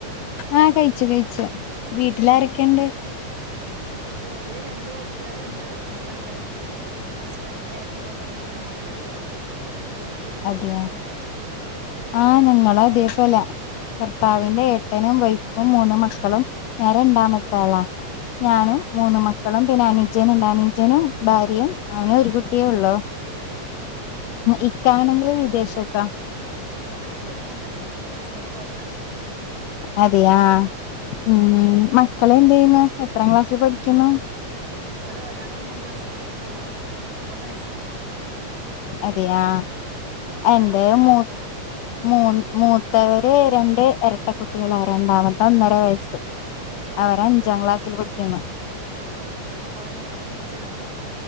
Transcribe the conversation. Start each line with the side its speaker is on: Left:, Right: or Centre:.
Left: ആഹ കഴിച്ചു കഴിച്ച വീട്ടിലാരൊക്കെയുണ്ട്
Right: ഉം വീട്ടില് രണ്ട് കുട്ടികളുണ്ട് ഉമ്മ ഉണ്ട് പിന്നെ ഹസ്ബൻറിന്റെ ഏട്ടനും വൈഫും ഓലെ കുട്ടികളും ഞങ്ങള് കൂട്ടുകുടുംബായിട്ട്
Left: അതെയ
Right: അങ്ങനെയാണ്
Left: ആഹ ഞങ്ങ അതദേപ്പല്ല ഭർത്താവിന്റെ
Right: ആഹ്
Left: ഏട്ടനും വൈഫും മൂന്ന് മക്കളും ഞാൻ രണ്ടാമത്തെ ആളാ ഞാനും
Right: ആഹ്
Left: മൂന്ന് മക്കളും പിന്നെ അനുജ്ജനുണ്ട് അനുജനും ഭാര്യയും അങ്ങനെ ഒരു കുട്ടിയേ ഉള്ളു ഇക്ക ആണെങ്കിൽ വിദേശത്താ
Right: ആഹ് ഇവിടെ അങ്ങൻതന്നെ എന്റെ ഹസ്ബൻഡ് പോറത്താ
Left: അതെയാ ഉം മക്കള് എന്ത് ചെയ്യുന്നു എത്ര ക്ലാസ്സി പഠിക്കുന്നു
Right: മക്കള് ഒരാള് ഒന്നാം ക്ലാസിപഠിക്ക്‌ണ് ഒരാള് മൂന്ന് വയസ്സായിട്ടൊള്ളു
Left: അതെയാ എന്റെ
Right: ഇങ്ങളെ കുട്ടികളോ
Left: മൂ മൂ മൂത്തവര് രണ്ട് എരട്ട കുട്ടികളാ രണ്ടാമത്തെ ഒന്നര വയസ്സ് അവര് അഞ്ചാം ക്ലാസ്സിൽ പഠി ക്ക്‌ന്ന്
Right: ഉറങ്ങിയോ കുട്ടി ചെറുത്